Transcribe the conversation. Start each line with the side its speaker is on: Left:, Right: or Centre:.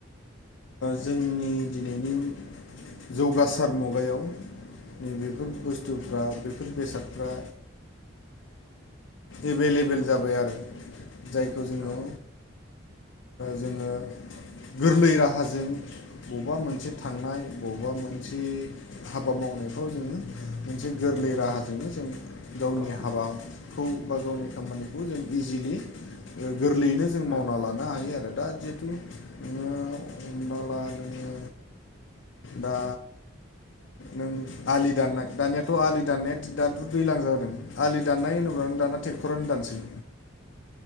Left: जोंनि दिनैनि जौगासार मुगायाव नैबेफोर बुस्थुफ्रा बेफोर बेसादफ्रा एभेलेबेल जाबाय आरो जायखौ जोङो
Centre: नंगौ
Left: जोङो गोरलै राहाजों बबबा मोनसे थांनाय बबबा मोनसे हाबा मावनायफ्राव जोङो मोनसे गोरलै राहाजोंनो जों गावनि
Centre: औ
Left: हाबाखौ बा गावनि खामानिखौ जों इजिलि गोरलैयैनो जों मावना
Centre: औ
Left: लानो हायो आरो दा जिहेथु नोङो हमना ला नोङो दा नों आलि दाननाय दानियाथ' आलि दाननाया दाथ' दैलां जादों आलि दाननाय होनोब्ला नों दाना ट्रेक्टरानो दानसै